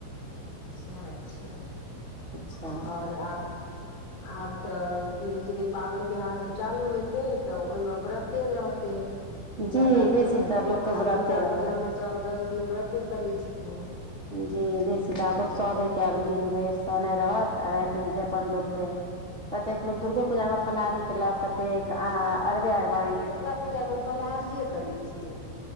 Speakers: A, on the left; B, on the right.
A: सेह छै।
B: अच्छा
A: और आब, आब तऽ धीरे -धीरे पाबनि तिहार सभ चालू हेतै, तऽ ओहि मे व्रते रहतै। ज्यादात,
B: जी बेसी तऽ लोकके
A: आब
B: व्रते
A: दुर्गा
B: रहत
A: पूजा मे सभ दस दिन व्रते करै छथिन।
B: जी बेसी तऽ आब, लोक सहबे केल दिन भरि सहनाय रहत। राति मे जे अपन लोक के, कतेक लोक दुर्गो पूजा मे फलाहारी केलक क तेक आ अरबे अरबायन।
A: पूजा मे फलाहारीये करै छिय।